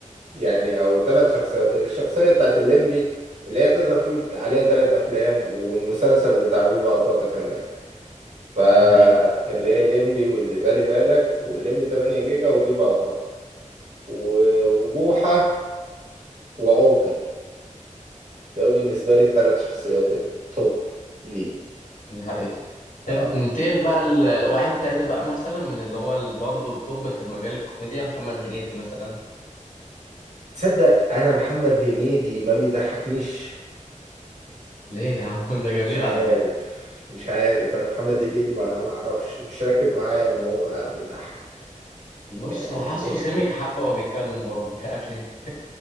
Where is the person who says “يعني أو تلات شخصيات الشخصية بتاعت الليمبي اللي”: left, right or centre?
Right